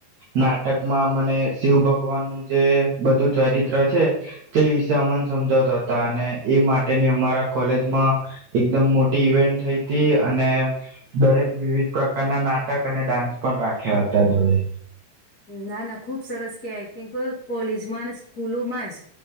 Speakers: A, on the right; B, on the left.
A: નાટકમાં મને શિવ ભગવાન નું જે બધું ચરિત્ર છે તે વિષ અમને સમજાવતા હતા અને એ માટેની અમારા કોલેજમાં એકદમ મોટી ઈવેન્ટ થઈ હતી અને દરેક વિવિધ પ્રકારના નાટક અને ડાન્સ પણ રાખ્યા હતા જોડે
B: ના ના ખુબ સરસ કહેવાય કેમ કોલેજમાં અને સ્કૂલોમાં જ